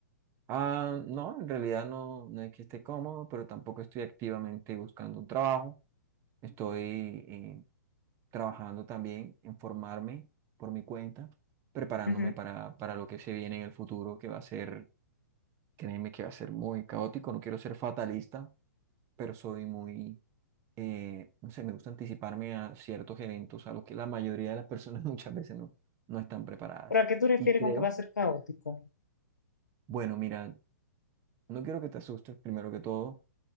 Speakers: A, on the right; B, on the left.
A: Ah, no, en realidad no, no es que esté cómodo, pero tampoco estoy activamente buscando un trabajo. Estoy eh, trabajando también en formarme por mi cuenta, preparándome
B: Ujú.
A: para, para lo que se viene en el futuro, que va a ser Créeme que va a ser muy caótico, no quiero ser fatalista, pero soy muy, eh, no sé, me gusta anticiparme a ciertos eventos a los que la mayoría de las personas <laughs> muchas veces no, no están preparadas.
B: ¿Pero a qué tú refieres
A: Y creo,
B: con que va a ser caótico?
A: bueno, mira, no quiero que te asustes primero que todo,